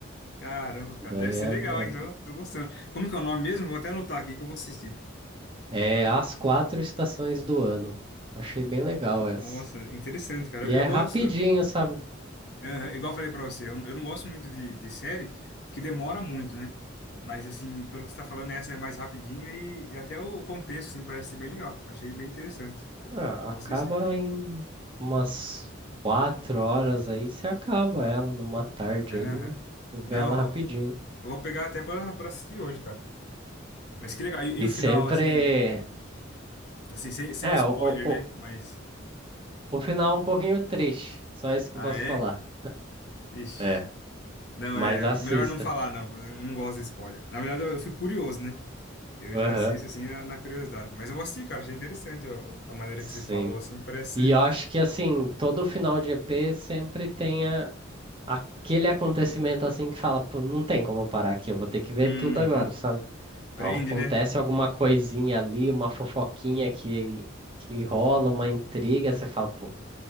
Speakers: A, on the left; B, on the right.
A: Caramba, cara.
B: Daí
A: Deve ser
B: é,
A: legal, hein?
B: é
A: Tô, tô gostando. Como que é o nome mesmo? Vou até anotar aqui que eu vou assistir.
B: É as quatro estações do ano. Achei bem legal essa.
A: Nossa, interessante, cara.
B: E
A: Eu,
B: é
A: eu
B: rapidinho,
A: gosto...
B: sabe?
A: Aham, Igual eu falei pra você, eu, eu não gosto muito de, de série que demora muito, né? Mas, assim, pelo que você tá falando, essa é mais rapidinha e, e até o contexto, assim, parece ser bem legal. Achei bem interessante. Vou
B: Ah,
A: vou
B: acaba
A: assistir.
B: em umas quatro horas aí, você acaba ela numa tarde
A: Aham.
B: aí, vê
A: Não,
B: ela
A: eu
B: rapidinho.
A: vou eu vou pegar até pra, pra assistir hoje, cara. Mas que legal. E,
B: E
A: e o
B: sempre.
A: final, assim, assim, sem, sem
B: É,
A: spoiler,
B: o, o, o,
A: né? Mas.
B: o final é um pouquinho triste. Só isso que
A: Ah,
B: eu posso
A: é?
B: falar.
A: Ixi.
B: É,
A: Não,
B: mas
A: é.
B: assista.
A: Melhor não falar, não. Eu não gosto de spoiler. Na verdade, eu, eu fico curioso, né? Eu
B: Aham,
A: já assisto, assim, na, na curiosidade. Mas eu vou assistir, cara. Achei interessante a, a maneira
B: sim.
A: que você falou, assim. Parece.
B: E eu acho que assim, todo final de EP sempre tem aquele acontecimento assim que fala, pô, não tem como eu parar aqui, eu vou ter que ver
A: Uhum.
B: tudo agora, sabe? Então
A: Prende,
B: acontece
A: né?
B: alguma coisinha ali, uma fofoquinha que, que rola, uma intriga, você fala, pô,